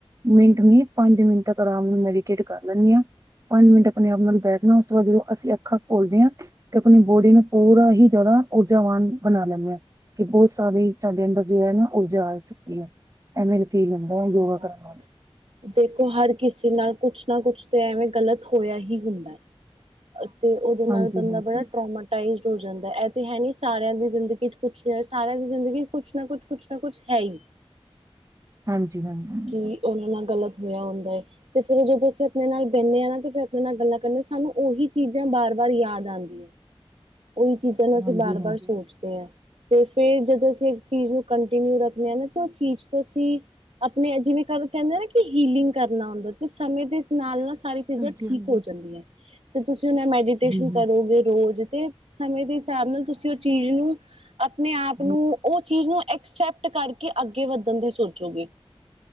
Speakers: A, on the right; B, on the right.
A: ਮਿੰਟ ਨੀ ਪੰਜ ਮਿੰਟ ਤੱਕ ਆਰਾਮ ਨਾਲ ਮੈਡੀਟੇਟ ਕਰ ਲੈਂਦੀ ਆਂ। ਪੰਜ ਮਿੰਟ ਆਪਣੇ ਆਪ ਨਾਲ ਬੈਠਣਾ, ਉਸ ਤੋਂ ਬਾਅਦ ਜਦੋਂ ਅਸੀਂ ਅੱਖਾਂ ਘੋਲਦੇ ਹਾਂ ਤੇ ਆਪਣੀ ਬੋਡੀ ਨੂੰ ਪੂਰਾ ਹੀ ਜ਼ਿਆਦਾ ਊਰਜਾਵਾਨ ਬਣਾ ਲੈਂਦੇ ਹਾਂ, ਕਿ ਬਹੁਤ ਸਾਰੇ ਸਾਡੇ ਅੰਦਰ ਜੋ ਹੈ ਨਾ ਊਰਜਾ ਆ ਚੁੱਕੀ ਐ। ਐ ਮੇਰੀ <unintelligible> ਲੈਂਦਾ ਅ ਯੋਗਾ
B: ਹਾਂ।
A: ਕਰਨ ਨਾਲ।
B: ਦੇਖੋ ਹਰ ਕਿਸੇ ਨਾਲ ਕੁਛ ਨਾ ਕੁਛ ਤਾਂ ਐਵੇਂ ਗਲਤ ਹੋਇਆ ਹੀ ਹੁੰਦਾ। ਤੇ ਉਹਦੇ ਨਾਲ
A: ਹਾਂਜੀ
B: ਬੰਦਾ
A: ਹਾਂਜੀ
B: ਬੜਾ ਟਰੋਮਾਟਾਈਜ਼ਡ ਹੋ ਜਾਂਦਾ। ਇਹ ਤੇ ਹੈ ਨੀ ਸਾਰਿਆਂ ਦੀ ਜ਼ਿੰਦਗੀ ਚ ਕੁਛ ਨੀ ਹੋਯਾ, ਸਾਰਿਆਂ ਦੀ ਜ਼ਿੰਦਗੀ ਕੁਛ ਨਾ ਕੁਛ, ਕੁਛ ਨਾ ਕੁਛ ਹੈ ਹੀ।
A: ਹਾਂਜੀ। ਹਾਂਜੀ ਹਾਂਜੀ
B: ਕੀ ਉਹਨਾਂ ਨਾਲ ਗ਼ਲਤ ਹੋਇਆ ਹੁੰਦਾ ਏ। ਤੇ ਫੇਰ ਜਦੋਂ ਅਸੀਂ ਆਪਣੇ ਨਾਲ ਬਹਨੇ ਹਾਂ ਨਾ ਤੇ ਫਿਰ ਆਪਣੇ ਨਾਲ ਗੱਲਾਂ ਕਰਨੇ ਸਾਨੂੰ ਉਹੀ ਚੀਜ਼ਾਂ ਬਾਰ ਵਾਰ ਯਾਦ ਆਂਦੀ ਏ।
A: <inaudible>
B: ਉਹੀ ਚੀਜ਼ਾਂ ਨੂੰ ਅਸੀਂ ਬਾਰ-ਬਾਰ
A: ਹਾਂਜੀ ਹਾਂਜੀ
B: ਸੋਚਦੇ ਹਾਂ, ਤੇ ਫੇਰ ਜਦੋਂ ਅਸੀਂ ਇੱਕ ਚੀਜ਼ ਨੂੰ ਕੰਟੀਨਿਊ ਰੱਖ ਨੇ ਆ ਨਾ, ਤੇ ਉਹ ਚੀਜ਼ ਤੋਂ ਅਸੀਂ ਆਪਣੇ ਜਿਵੇਂ ਕ ਕਹਿੰਦੇ ਨਾ ਕਿ ਹੀਲਿੰਗ ਕਰਨਾ ਹੁੰਦਾ ਤੇ ਸਮੇਂ ਦੇ ਨਾਲ-ਨਾਲ ਸਾਰੀ
A: ਹਾਂਜੀ
B: ਚੀਜ਼ਾਂ ਠੀਕ
A: ਹਾਂਜੀ
B: ਹੋ ਜਾਂਦੀਆਂ। ਤੇ ਤੁਸੀਂ ਹ ਮੈਡੀਟੇਸ਼ਨ
A: ਹਮ
B: ਕਰੋਗੇ ਰੋਜ਼ ਤੇ ਸਮੇਂ ਦੇ ਹਿਸਾਬ ਨਾਲ ਤੁਸੀਂ ਉਹ ਚੀਜ਼ ਨੂੰ ਆਪਣੇ ਆਪ ਨੂੰ
A: ਹਮ
B: ਉਹ ਚੀਜ਼ ਨੂੰ ਔਕ ਐਕਸੈਪਟ ਕਰਕੇ ਅੱਗੇ ਵੱਧਣ ਦੀ ਸੋਚੋਗੇ।